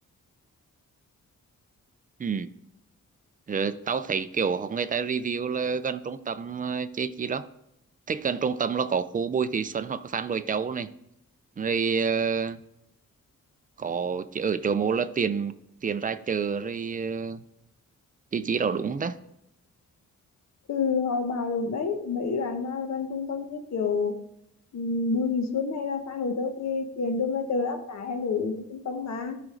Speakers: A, on the right; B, on the left.
A: ừ rồi tao thấy kiểu người ta review là gần trung tâm ờ, chế chi đó thích gần trung tâm là có khu Bùi Thị Xuân hoặc là Phan Bội Châu này rồi ờ, có chỗ- ở chỗ mô là tiền tiền ra chợ rồi ờ, chế chi đó đúng không ta
B: Ừ, hồi bảo được đấy mấy bạn mà gần trung tâm như kiểu um, Bùi Thị Xuân hay là Phan Bội Châu thì tiền đương là từ áp tải hay là từ trung tâm mà